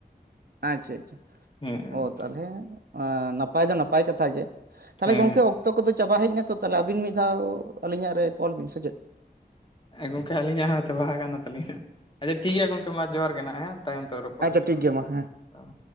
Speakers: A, on the right; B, on the left.
A: ᱟᱪᱪᱷᱟ ᱟᱪᱪᱷᱟ
B: ᱦᱮᱸ
A: ᱚ ᱛᱟᱦᱚᱞᱮ ᱟᱻ ᱱᱟᱯᱟᱭ ᱫᱚ ᱱᱟᱯᱟᱭ ᱠᱟᱛᱷᱟᱜ ᱜᱮ ᱛᱟᱞᱦᱮ
B: ᱦᱮᱸ
A: ᱜᱚᱝᱠᱮ ᱚᱠ ᱛᱚ ᱠᱚᱫᱚ ᱪᱟᱵᱟ ᱦᱮᱡᱱᱟ, ᱛᱚ ᱛᱟᱦᱚᱞᱮ ᱟᱹᱵᱤᱱ ᱢᱤᱫ ᱫᱷᱟᱣ ᱟᱹᱞᱤᱧᱟᱜ ᱨᱮ ᱠᱚᱞ ᱵᱤᱱ ᱥᱮ ᱪᱮᱫ?
B: ᱜᱚᱢᱠᱮ ᱟᱹᱞᱤᱧᱟᱜ ᱦᱚᱸ ᱪᱟᱵᱟ ᱠᱟᱱᱟ ᱛᱟᱞᱤᱧᱟ, ᱟᱪᱪᱷᱟ ᱴᱷᱤᱠ ᱜᱮᱭᱟ ᱜᱚᱝᱠᱮ ᱢᱟ ᱡᱚᱦᱟᱨ ᱜᱮ ᱱᱟᱦᱟᱸᱜ ᱦᱮᱸ᱾ ᱛᱟᱭᱚᱢ ᱛᱮ ᱨᱚᱯᱚᱲᱚᱜ
A: ᱟᱪᱪᱷᱟ
B: ᱦᱩᱭᱩᱜ-ᱟ
A: ᱴᱷᱤᱠ
B: ᱦᱟᱸᱜ,
A: ᱜᱮᱭᱟ ᱢᱟ ᱦᱮᱸ
B: ᱦᱳᱭ᱾